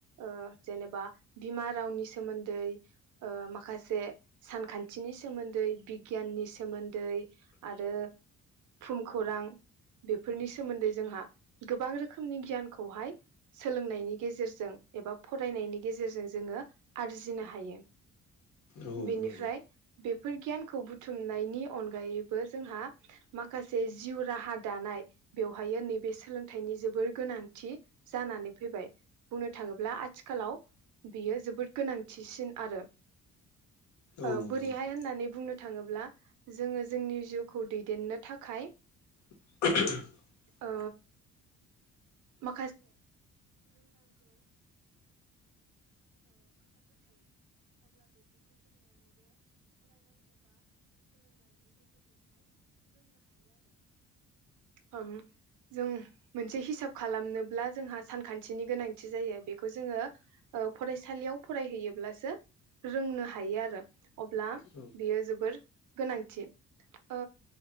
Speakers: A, on the right; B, on the left.
A: ओ जेनेबा बिमा रावनि सोमोन्दै ओ माखासे सानखान्थिनि सोमोन्दै गियाननि सोमोन्दै दै आरो भुम खौरां बेफोरनि सोमोन्दै जोंहा गोबां रोखोमनि गियानखौहाय सोलोंनायनि गेजेरजों एबा फरायनायनि गेजेरजों जोङो आरजिनो हायो।
B: औ
A: बेनिफ्राय
B: नंगौ
A: बेफोर गियानखौ बुथुमनायनि अनगायैबो जोंहा माखासे जिउ राहा दानाय बेवहाय नैबे सोलोंथाइनि जोबोर गोनांथि। जानानै फैबाय बुंनो थाङोब्ला आथिखालाव बियो जोबोद गोनांथिसिन आरो
B: औ
A: ओ बोरैहाय
B: नंगौ
A: होननानै बुंनो थाङोब्ला जोङो जोंनि जिउखौ दैदेननो थाखाय
B: <inaudible>
A: ओ मा ओम जों। मोनसे हिसाब खालामनोब्ला जोंहा सानखान्थिनि गोनांथि जायो बेखौ जोङो फरायसालियाव फरायहैयोब्लासो रोंनो हायो आरो अब्ला
B: औ
A: बेयो जोबोर गोनांथि ओ‌